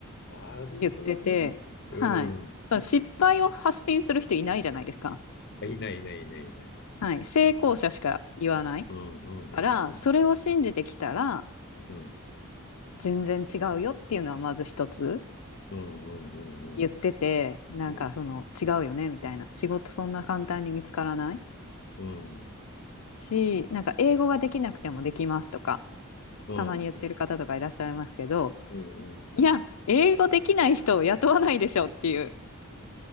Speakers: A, on the left; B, on the left.
A: なるほどね。
B: 言ってて、
A: うん。
B: はい。その失敗を発信する人いないじゃないですか。
A: あいない、いない、いない、いない。
B: はい。成功者しか言わない
A: うん、うん、うん、
B: から、それを信じてきたら
A: うん。うん、
B: 全然違うよっていうのはまず一つ。
A: うん、うん、
B: 言っててなんかその違うよねみたいな仕事そんな簡単に見つからない
A: うん。うん、うん、
B: しなんか英語ができなくてもできますとか
A: うん、
B: たまに言ってる方とかいらっしゃいますけど
A: うん。うん
B: いや英語できない人を雇わないでしょっていう。